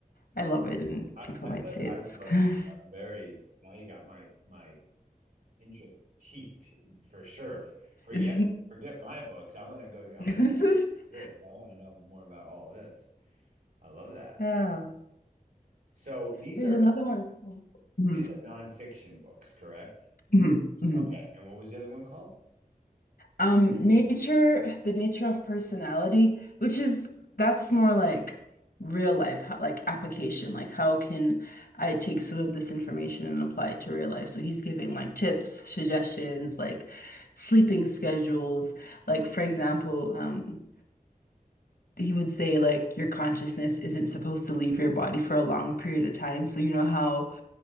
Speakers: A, on the left; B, on the right.
A: I love it and
B: I,
A: people
B: I
A: might
B: feel like
A: say it's
B: I would love
A: kind
B: it. I'm very now you got my my interest peaked for sure. Forget
A: of
B: forget my books. I'm gonna go. I'm gonna
A: <laughs>
B: try this. I want to know more about all this. I love that.
A: Yeah.
B: So these
A: There's
B: are
A: another one called. Mhm,
B: these are nonfiction books, correct?
A: mhm, mhm.
B: Okay. And what was the other one called?
A: Um, nature, the nature of personality, which is that's more like real life, how, like application, like how can I take some of this information and apply it to real life? So he's giving like tips, suggestions, like sleeping schedules. Like for example, um, he would say like your consciousness isn't supposed to leave your body for a long period of time. So you know how